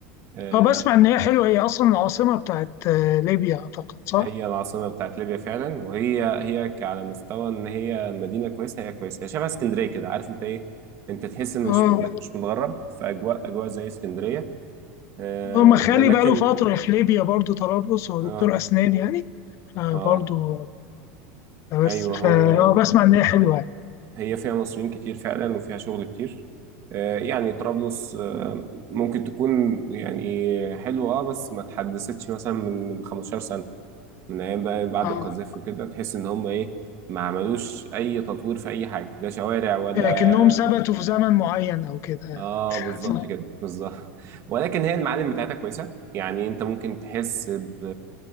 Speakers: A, on the right; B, on the left.
A: آه
B: اه بسمع ان هي حلوه هي اصلا العاصمه بتاعت آه، ليبيا اعتقد صح
A: هي العاصمة بتاعت ليبيا فعلا وهي هي ك- على مستوى ان هي مدينة كويسة هي كويسة هي شبه اسكندرية كده عارف انت ايه انت تحس إن
B: اه
A: مش- انك مش متغرب في اجواء اجواء زي اسكندرية آه
B: اه ما خالي
A: ولكن
B: بقاله فتره في ليبيا برضو طرابلس هو
A: اه
B: دكتور اسنان يعني فبرضو
A: اه
B: بس
A: ايوه
B: ف
A: هو
B: اه بسمع ان هي حلوه يعني
A: هي فيها مصريين كتير فعلا وفيها شغل كتير آه يعني طرابلس آه ممكن تكون يعني حلوه اه بس ما اتحدثتش مثلا من من 15 سنه من ايام بقى بعد
B: اه
A: القذافي وكده تحس ان هم ايه ما عملوش اي تطوير في اي حاجه لا شوارع ولا
B: لكنهم ثبتوا في زمن معين او كده
A: اه
B: <laughs>
A: بالظبط
B: صح
A: كده بالظبط <laughs> ولكن هي المعالم بتاعتها كويسه يعني انت ممكن تحس ب...